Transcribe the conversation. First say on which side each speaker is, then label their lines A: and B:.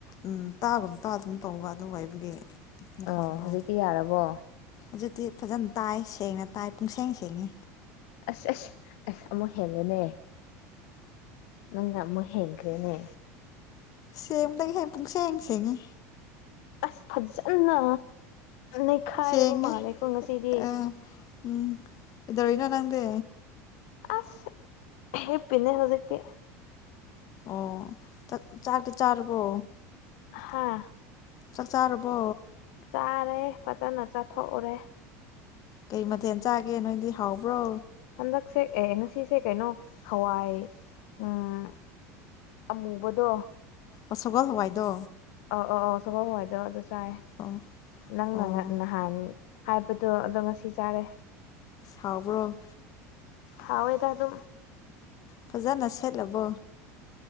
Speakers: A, on the left (about 50°); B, on the left (about 70°).
A: ꯎꯝ ꯇꯥꯒꯨꯝ ꯇꯥꯗꯒꯨꯝ ꯇꯧꯕ ꯑꯗꯨ ꯑꯣꯏꯕꯒꯤ ꯃꯈꯣꯟꯗꯣ
B: ꯑꯥꯎ ꯍꯧꯖꯤꯛꯇꯤ ꯌꯥꯔꯕꯣ
A: ꯍꯧꯖꯤꯛꯇꯤ ꯐꯖꯅ ꯇꯥꯏ ꯁꯦꯡꯅ ꯇꯥꯏ ꯄꯨꯡꯁꯦꯡ ꯁꯦꯡꯉꯤ
B: ꯑꯁ ꯑꯁ ꯑꯁ ꯑꯃꯨꯛ ꯍꯦꯜꯂꯦꯅꯦ ꯅꯪꯅ ꯑꯃꯨꯛ ꯍꯦꯟꯈ꯭ꯔꯦꯅꯦ
A: ꯁꯦꯡꯕꯗꯒꯤ ꯍꯦꯟ ꯄꯨꯡꯁꯦꯡ ꯁꯦꯡꯉꯤ
B: ꯑꯁ ꯐꯖꯟꯅ ꯅꯩꯈꯥꯏꯔꯕ
A: ꯁꯦꯡꯉꯦ
B: ꯃꯥꯜꯂꯦꯀꯣ ꯉꯁꯤꯗꯤ
A: ꯑꯥ ꯎꯝ ꯀꯩꯗꯧꯔꯤꯅꯣ ꯅꯪꯗꯤ
B: ꯑꯁ ꯍ ꯍꯤꯞꯄꯤꯅꯦ ꯍꯧꯖꯤꯛꯇꯤ
A: ꯑꯣ ꯆꯥꯛ ꯆꯥꯛꯇꯤ ꯆꯥꯔꯕꯣ
B: ꯍꯥꯥ
A: ꯆꯥꯛ ꯆꯥꯔꯕꯣ
B: ꯆꯥꯔꯦ ꯐꯖꯅ ꯆꯥꯊꯣꯛꯎꯔꯦ
A: ꯀꯩ ꯃꯊꯦꯜ ꯆꯥꯒꯦ ꯅꯣꯏꯗꯤ ꯍꯥꯎꯕ꯭ꯔꯣ
B: ꯍꯟꯗꯛꯁꯦ ꯑꯦ ꯉꯁꯤꯁꯦ ꯀꯩꯅꯣ ꯍꯋꯥꯏ ꯎꯝ ꯑꯃꯨꯕꯗꯣ
A: ꯑꯣ ꯁꯒꯣꯜ ꯍꯋꯥꯏꯗꯣ
B: ꯑꯣ ꯑꯣ ꯑꯣ ꯁꯒꯣꯜ ꯍꯋꯥꯏꯗꯣ ꯑꯗꯣ ꯆꯥꯏ
A: ꯑꯣ
B: ꯅꯪ ꯅ
A: ꯑꯣ
B: ꯉ ꯅꯍꯥꯟ ꯍꯥꯏꯕꯗꯣ ꯑꯗꯣ ꯉꯁꯤ ꯆꯥꯔꯦ
A: ꯍꯥꯎꯕ꯭ꯔꯣ
B: ꯍꯥꯎꯋꯦꯗ ꯑꯗꯨꯝ
A: ꯐꯖꯅ ꯁꯦꯠꯂꯕꯣ